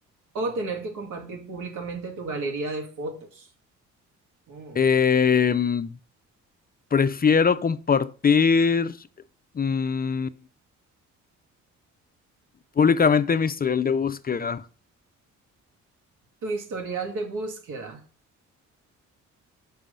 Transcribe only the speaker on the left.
Em, prefiero compartir mm, públicamente mi historial de búsqueda.